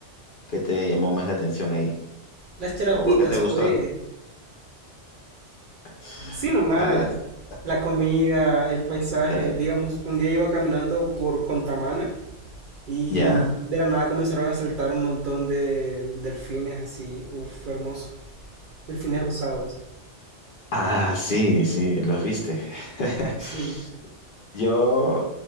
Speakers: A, on the left; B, on the right.
A: qué te llamó más la atención ahí?
B: Las charapitas,
A: ¿O por qué te gustó?
B: pues,
A: <laughs>
B: sí nomás,
A: Ah, ya, ya.
B: la comida, el paisaje,
A: O sea, te-
B: digamos, un día iba caminando por Contamana Y
A: ¿Ya?
B: de la nada comenzaron a saltar un montón de delfines así, uff, hermoso. Delfines rosados.
A: Ah, sí, sí, los viste. <laughs>
B: Sí,
A: Yo,